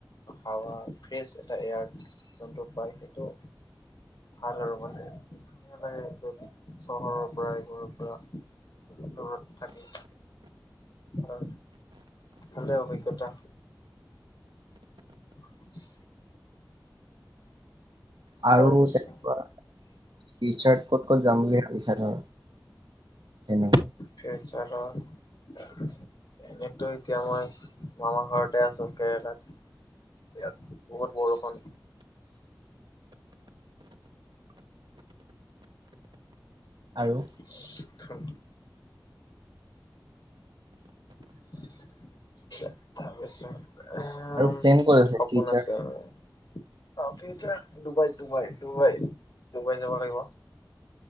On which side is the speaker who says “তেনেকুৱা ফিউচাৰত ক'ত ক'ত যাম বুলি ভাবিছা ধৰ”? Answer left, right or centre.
Right